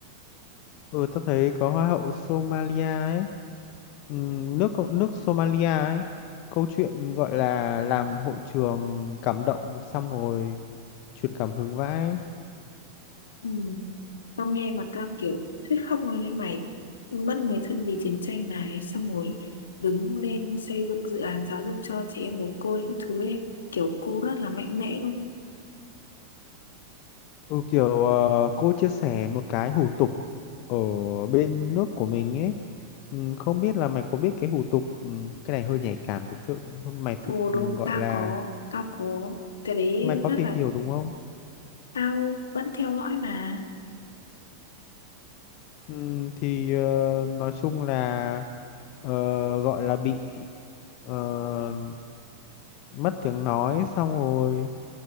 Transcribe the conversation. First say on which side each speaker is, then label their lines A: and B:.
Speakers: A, on the left; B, on the left.
A: Ừ, tôi thấy có Hoa hậu Somalia ấy. Ừm, nước cộng- nước Somalia ấy. Câu chuyện gọi là làm hội trường cảm động xong rồi truyền cảm hứng vãi.
B: ừ. Tao nghe mà tao kiểu thuyết khóc rồi lên mày mất người thân vì chiến tranh này xong rồi đứng lên xây dựng dự án giáo dục cho trẻ em mồ côi các thứ ấy. kiểu cô rất là mạnh mẽ luôn
A: Ừ, kiểu ờ, cô chia sẻ một cái hủ tục ở bên nước của mình ấy. Ừm, không biết là mày có biết cái hủ tục ừm, cái này hơi nhạy cảm thật sự. Mày thực
B: ồ đúng
A: ừ, gọi
B: tao
A: là
B: có tao có cái đấy
A: mày có
B: rất
A: tìm
B: là
A: hiểu đúng không?
B: tao vẫn theo dõi mà
A: Ừm, thì ờ, nói chung là ờ, gọi là bị ờ, mất tiếng nói xong rồi